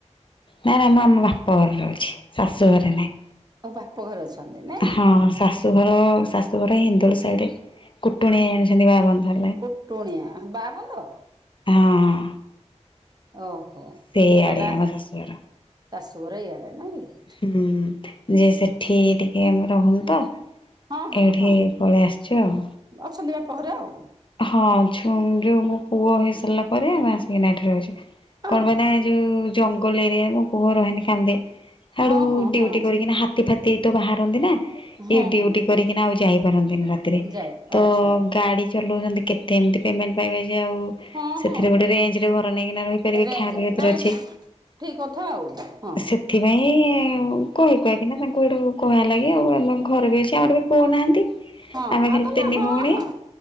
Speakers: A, on the left; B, on the right.
A: ନାଇଁ ନାଇଁ ମୁଁ ଆମ ବାପା ଘରେ ରହୁଛି ଶାଶୁ ଘରେ ନାହିଁ।
B: ତମେ ବାପଘରେ ଅଛନ୍ତି ନାଇଁ
A: ହଁ
B: ଆଛା।
A: ଶାଶୁଘର ଶାଶୁଘର ହିନ୍ଦୁୋଳ ସାଇଡରେ କୁଟୁଣିଆ ଜଣିଛନ୍ତି ବା ବନ୍ଧ।
B: କୁଟୁଣିଆ ବା ବନ୍ଧ।
A: ହଁ।
B: ଓହୋ
A: ସେଇଆଡେ
B: ତାହେଲେ ଆ
A: ଆମ ଶାଶୁଘର।
B: ଶାଶୁ ଘର ଇଆଡେ ନାଇ କି।
A: ହୁଁ ଯେ
B: ହୁଁ
A: ସେଠି ଟିକେ ଆମେ ରହୁନି ତ।
B: ହଁ ହଁ
A: ଏଇଠି
B: ହଁ
A: ପଳେଇ ଆସିଛୁ ଆଉ।
B: ଅଛନ୍ତି ବାପଘରେ ଆଉ।
A: ହଁ ଛୁ ଯୋଉ ମୋ ପୁଅ ହେଇ ସାରିଲା ପରେ ଆମେ ଆସିକିନା ଏଠି ରହୁଛି
B: ଅ
A: କଣ ପାଇଁ
B: ହଁ।
A: ନା ଏ ଯୋଉ ଜଙ୍ଗଲ ଏରିଆରେ ମୋ ପୁଅ ରହେନି କାନ୍ଦେ। ସାଡୁ
B: ହଁ ହଁ
A: ଡିଉଟି
B: ହଁ
A: କରିକିନା ହାତୀ ଫାତି ତ ବାହାରନ୍ତି ନା। ଇଏ
B: ହଁ
A: ଡଡିୁଟି
B: ହଁ
A: କରିକିନା ଆଉ ଯାଇପାରନ୍ତିନି ରାତିରେ
B: ଯାଇ
A: ତ
B: ଆଚ୍ଛା
A: ଗାଡି। ଚଲଉଛନ୍ତି କେତେ ଏମିତି ପେମେଣ୍ଟ ପାଇବେ ଯେ ଆଉ
B: ହଁ
A: ସେଥିରେ
B: ହଁ।
A: ଗୋଟେ ରେଞ୍ଜ ରେ ଘର ନେଇକିନା ରହିପାରିବେ
B: ରେଞ୍ଜରେ
A: ଖାଇବା ବି ହେଥିରେ
B: ନାଇଁ
A: ଅଛି।
B: ଠିକ କଥା ଆଉ ହଁ।
A: ସେଥିପାଇଁ କହି କୁହା କିନା ତାଙ୍କୁ ସେଠୁ କୁହା ହେଲଗି ଆଉ ଆମ ଘର ବି ଅଛି ଆମର ବି ପୁଅ ନାହାଁନ୍ତି।
B: ହଁ
A: ଆମେ
B: ଆଉ
A: ଖାଲି
B: ତାହେଲେ
A: ତିନି
B: ହଁ
A: ଭଉଣୀ।
B: ହଁ